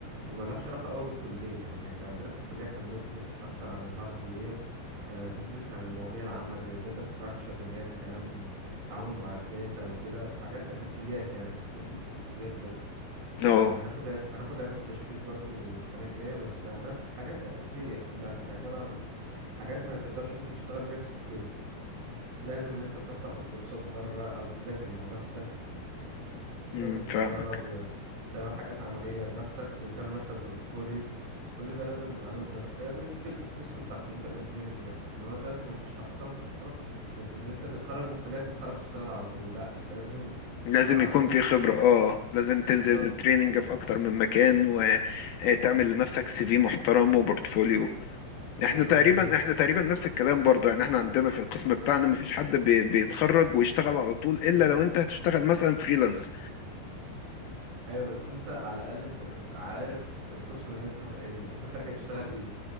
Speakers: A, on the right; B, on the left.
A: وملهاش علاقة قوي بالكلية يعني احنا عندنا في الكلية احنا بندرس اكتر عن الهاردوير آه، بندرس عن المواضيع العامة زي الداتا ستراكشر اللي هي الكلام التعامل مع الداتا وكده في حاجات اساسيات يعني بندرس اساسيات بس
B: اه
A: آه، هناخد عل- هناخد علم التشفير برضو السنة الجاية بس هند... حاجات أساسية كلها عبارة عن حاجات ما تقدرش انت تشتغل بيها في السكيورتي لازم ان انت تروح تاخد كورسات بره او تذاكر مع نفسك
B: أمم،
A: لازم تتدرب
B: فاهمك
A: وتعمل حاجات عملية بنفسك وتعمل نفسك بورتفوليو كل ده لازم اعمله بنفسي فهي دي مشكلة القسم بتاع كمبيوتر انجينيرنج بس ان هو دلوقتي مفيش اقسام اصلا ات- اللي انت تتخرج من الكلية تتخرج تشتغل على طول لا انت لازم تشتغل
B: لازم
A: على
B: يكون
A: نفسك
B: في خبرة اه لازم تنزل
A: بالظبط
B: تريننج في اكتر من مكان وتعمل لنفسك سي في محترم وبورتفوليو
A: بالظبط
B: احنا تقريبا
A: هي
B: احنا تقريبا نفس الكلام برضو يعني احنا عندنا في القسم بتاعنا مفيش حد بي- بيتخرج ويشتغل على طول الا لو انت هتشتغل مثلا فريلانس
A: ايوه بس انت على الاقل انت بتبقى عارف القسم اللي انت اللي انت خارج هتشتغل ايه